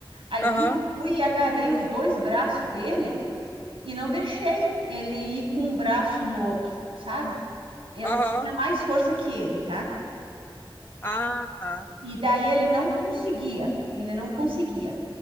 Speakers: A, on the right; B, on the left.
A: Aí
B: Aham,
A: eu fui e agarrei os dois braços dele e não deixei ele ir com um braço no outro, sabe? Eu
B: aham.
A: tinha mais força que ele, tá?
B: Ah, tá.
A: E daí ele não conseguia, ele não conseguia.